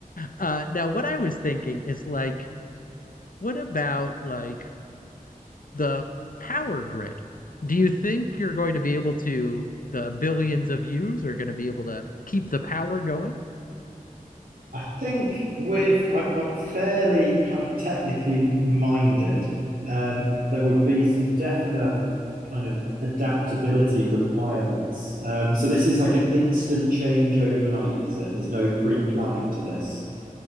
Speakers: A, on the left; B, on the right.
A: Uh, now, what I was thinking is like, what about like the power grid. Do you think you're going to be able to, the billions of views are going to be able to keep the power going?
B: I think with I've, I'm fairly kind of technically minded. Um, there would be some definite kind of adaptability requirements. Um, so this is like an instant change overnight, is it? There's no pre-planning to this.